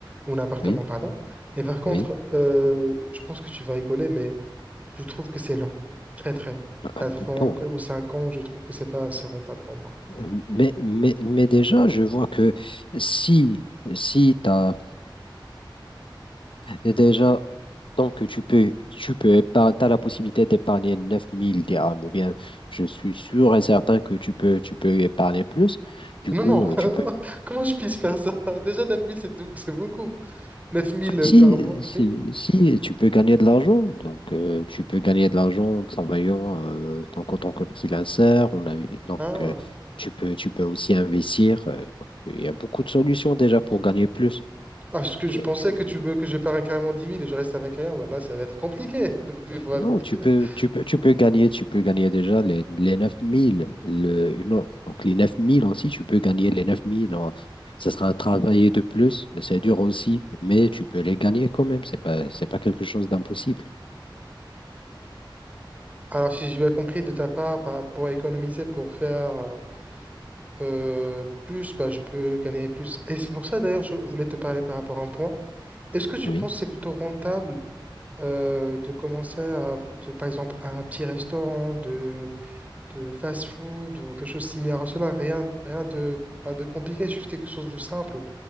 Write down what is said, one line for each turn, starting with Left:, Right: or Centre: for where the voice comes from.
Right: ou un appartement,
Left: Oui,
Right: pardon. Et par contre,
Left: oui.
Right: euh, je pense que tu vas rigoler, mais je trouve que c'est long, très très long.
Left: Ah,
Right: Quatre ans
Left: Bon,
Right: ou cinq ans, je trouve que c'est pas assez rentable pour moi.
Left: euh, mais, mais, mais déjà, je vois que si, si tu as. Déjà, Donc, tu peux, tu peux épargner, t'as la possibilité d'épargner 9000 dirhams, ou bien je suis sûr et certain que tu peux, tu peux épargner plus. Du
Right: Non,
Left: coup,
Right: non, <laughs>
Left: euh, tu peux,
Right: comment je puisse faire ça? Déjà, 9 000, c'est tout- c'est beaucoup. neuf mille
Left: si,
Right: par mois,
Left: si,
Right: oui.
Left: si tu peux gagner de l'argent, donc euh, tu peux gagner de l'argent en travaillant euh, donc, en tant que freelancer, on a, donc
Right: Ah.
Left: euh, tu peux, tu peux aussi investir. euh, donc, il y a beaucoup de solutions déjà pour gagner plus.
Right: Ah, parce que je
Left: Euh,
Right: pensais
Left: tu peux
Right: que tu veux que je parie carrément dix mille et je reste avec rien. Ouais, là, ça va être compliqué <laughs> de vivre ma
Left: Non,
Right: vie. <laughs>
Left: tu peux, tu peux, tu peux gagner, tu peux gagner déjà les, les 9000, Le, une autre- donc les 9000 aussi, tu peux gagner les 9000. Alors, Ça sera un travail de plus, c'est dur aussi, mais tu peux les gagner quand même. C'est pas, c'est pas quelque chose d'impossible.
Right: Alors, si j'ai bien compris de ta part, par- pour économiser, pour faire euh, plus, bah, je peux gagner plus. Et c'est pour ça, d'ailleurs, je voulais te parler par rapport à un point. Est-ce que tu
Left: Oui.
Right: penses que c'est plutôt rentable euh, de commencer à, de, par exemple, un petit restaurant de, de fast-food ou quelque chose similaire à cela? Rien, rien de, pas de compliqué, juste quelque chose de simple